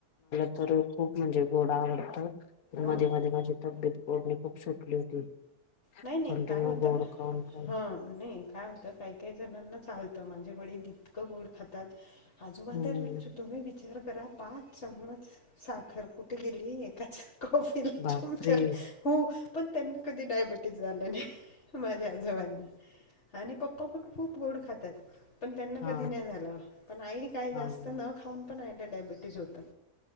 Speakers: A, on the left; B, on the left.
A: <unintelligible> खूप म्हणजे घोडा आवडत मध्ये
B: हो.
A: मध्ये माझी तब्येत गोडणी खूप सुटली होती.
B: नाही नाही
A: कंटिन्यू
B: काय होतं.
A: गोड खाऊन खाऊन.
B: नाही काय होतं काही काही जणांना चालतं माझे वडील इतकं गोड खातात. <unintelligible>
A: हम्म
B: विचार करा पाच चमच साखर कुठे गेली एकाच. कॉफी
A: बापरे!
B: चमच हो पण त्यांना कधी डायबटी ज झालं नाय माझ्या आजोबांना आणि पप्पा पण खूप गोड खात्यात. पण त्यांना
A: हा
B: कधी नाय झालं पण आई काय
A: हा
B: जास्त
A: हो
B: न खाऊन पण आईलं डायबिटीज होतं.